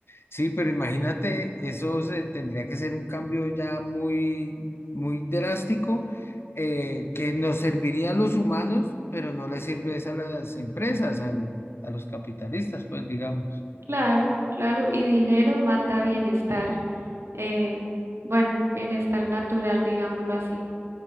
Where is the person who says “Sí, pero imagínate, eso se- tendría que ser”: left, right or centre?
Left